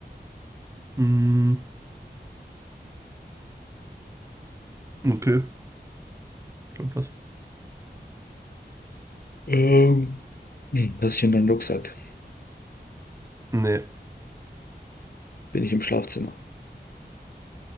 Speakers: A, on the right; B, on the left.
A: Hm, okay. Ich hab was.
B: Ähm. Hm, Was ist in deinem Rucksack?
A: Nee.
B: Bin ich im Schlafzimmer?